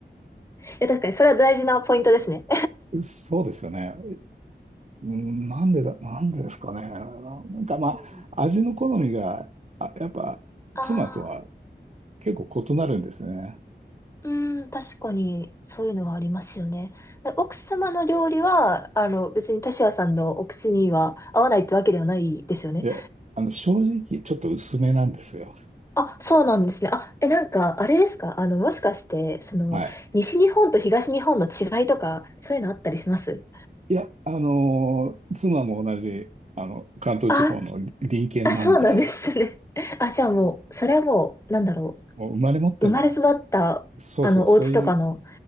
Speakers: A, on the left; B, on the right.
A: え、確かに、それは大事なポイントですね。
B: そうですよね。うん、なんでだ、なんでですかね。なんかまあ、
A: うん
B: 味の好みが、あ、やっぱ、
A: <laughs>
B: 妻とは
A: ああ、
B: 結構異なるんですね。
A: うん、確かに、そういうのはありますよね。で奥様の料理は、あの、別にトシヤさんのお口には合わないってわけではないですよね。
B: いや、あの、正直、ちょっと薄めなんですよ。
A: あ、そうなんですね。あ、え、なんか、あれですかあの、もしかして、その、
B: はい。
A: 西日本と東日本の違いとか、そういうのあったりします
B: いや、あのー妻も同じ、あの、関東地方の隣県なんで、
A: あ、あ、そうなんですね。<laughs> あ、じゃあもう、それはもう、なんだろ
B: もう生まれ持っての、
A: う。生まれ育った、
B: そうそう、
A: あの、
B: そういう
A: お家とかの